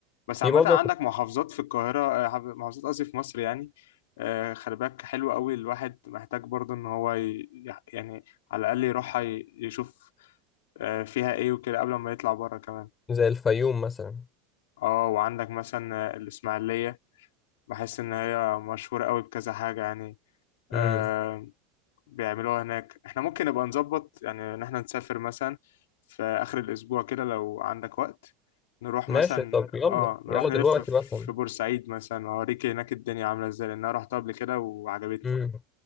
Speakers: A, on the left; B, on the left.
A: بس
B: في
A: عامة
B: برضه
A: عندك
B: أنا كنت
A: محافظات في القاهرة آه، حف- محافظات قصدي في مصر يعني آه، خلي بالك حلو قوي الواحد محتاج برضه ان هو ي- يح- يعني على الاقل يروح ي- يشوف آه، فيها ايه وكده قبل ما يطلع بره كمان
B: زي الفيوم مثلا
A: اه وعندك مثلا آه، الاسماعيلية بحس ان هي مشهورة قوي بكذا حاجة يعني آه،
B: امم
A: بيعملوها هناك احنا ممكن نبقى نظبط يعني ان احنا نسافر مثلا في اخر الاسبوع كده لو عندك وقت نروح
B: ماشي
A: مثلا
B: طب يلا
A: اه نروح
B: يلا
A: نلف
B: دلوقتي
A: في
B: مثلا
A: بورسعيد مثلا اوريك هناك الدنيا عامله ازاي لان انا رحت قبل كده وعجبتني
B: امم